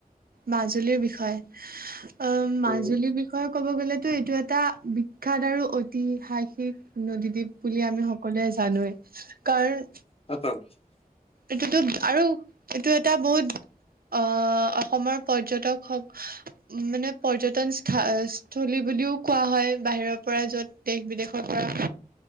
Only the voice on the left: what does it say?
<inaudible>
উম
<unintelligible>